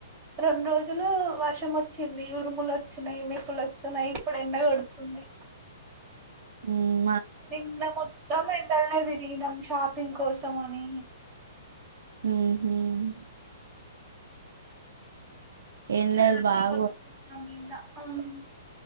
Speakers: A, on the right (about 25°); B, on the right (about 75°).
A: రెండ్రోజులు వర్షమోచ్చింది ఉరుములు వచ్చినై మెర్పులొచ్చినై ఇప్పుడెండ కొడుతుంది
B: మ్
A: నిన్న మొత్తం ఎండల్నే ది దిగినం షాపింగ్ కోసమనీ
B: మ్మ్ హ్మ్ ఎండలు
A: చాలానే
B: బాగా
A: కొనుకున్నాం నిన్న మ్